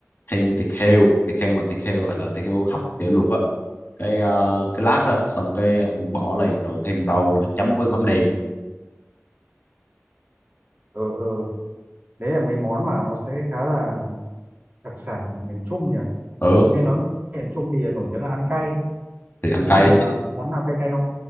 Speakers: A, on the left (about 45°); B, on the right (about 40°).
A: thêm thịt heo thịt heo mà thịt heo gọi là thịt heo hấp thịt heo luộc á cái ờ, cái lát đó xong cái ông bỏ lên rồi thêm rau nữa chấm với mắm nêm
B: ừ ừ đấy là mấy món mà nó sẽ khá là Đặc sản của miền Trung nhỉ?
A: ừ
B: Tôi nghe nói miền Trung thì nổi tiếng là ăn cay.
A: thì ăn
B: Thế
A: cay
B: thì ờ,
A: chứ.
B: có món nào cay cay không?